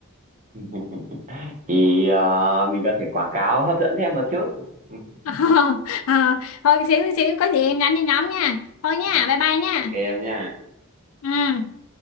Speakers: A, on the right; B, on the left.
A: <laughs> thì ờ, mình có thể quảng cáo hấp dẫn thêm một chút <laughs>
B: <laughs> ờ, ờ. thôi xíu xíu có gì em nhắn cho nhóm nha thôi nha
A: Ừ,
B: bye bye nha
A: ok em nha
B: ừ